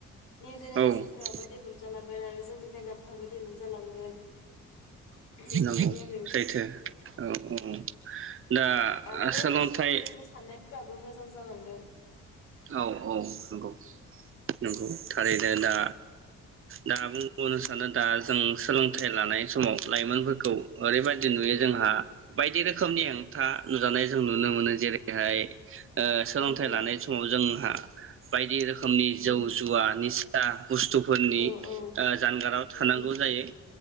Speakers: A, on the left; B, on the right.
A: निउ जेनेरेसोनफोराबो
B: औ
A: डेभेलप जालांगोन आरो जोंनि जायगाफ्राबो डेभेलप जालांगोन बिदि
B: नंगौ
A: आरो
B: सैथो औ औ। दा
A: आरो
B: सोलोंथाइ
A: जोंनि साननायफ्राबो मोज जां जालांगोन।
B: औ औ नंगौ नंगौ थारैनो दा दा बुंबावनो सानो दा जों सोलोंथाइ लानाय समाव लाइमोनफोरखौ ओरैबायदि नुयो
A: उम
B: जोंहा बायदि रोखोमनि खोथा नुजानाय जों नुनो मोनो जेरैहाय ओ सोलोंथाइ
A: उम
B: लानाय स जोंहा बायदि रोखो खोमनि जौ
A: उम
B: जुवा निसा बुस्थुफोरनि
A: औ औ
B: ओ जानगाराव थानांगौ
A: उम
B: जायो